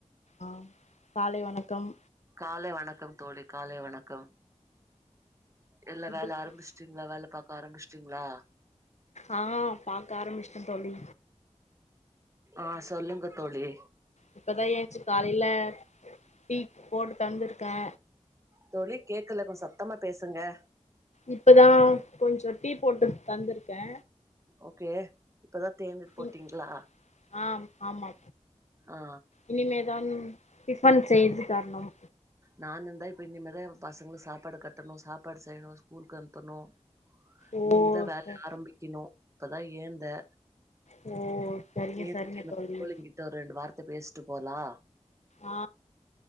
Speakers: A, on the left; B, on the right.
A: ஆ‌ காலை வணக்கம்
B: காலை வணக்கம் தோழி காலை வணக்கம் எல்லா
A: எப்டி
B: வேல
A: இருக்கீங்க?
B: ஆரம்மிச்சுட்டீங்ளா வேல பாக்க ஆரம்மிச்சுட்டீங்ளா
A: ஆ பாக்க ஆரம்மிச்சிட்டே தோழி
B: ஆ சொல்லுங்க தோழி
A: இப்பதா ஏன்ச்சு காலைல டீ போட்டு தந்திருக்கே
B: தொழி கேக்குல கொஞ்ச சத்தமா பேசுங்கா
A: இப்பதா கொஞ்சோ டீ போட்டு தந்திருக்கே
B: ஓகே இப்பதா தேநீர் போட்டீங்ளா
A: ம் ஆ ஆமா
B: ஆ
A: இனிமேதான் டிஃபன் செய்து தர்ணும்
B: நானுந்தா இப்போ இனிமேதா பசங்களுக் சாப்பாடு கட்டணு சாப்பாடு செய்யணு ஸ்கூலுக்கு அனுப்பணு
A: ஓ
B: இனிமேதா வேல
A: ச
B: ஆரம்பிக்கணு இப்பதா எழ்ந்த
A: ஓ சரிங்க
B: ஏத்துட்டு
A: சரிங்க தோழி
B: <inaudible> புள்ளைங்ககிட்ட ஒரு ரெண்டு வார்த்த பேசட்டு போலா
A: ஆ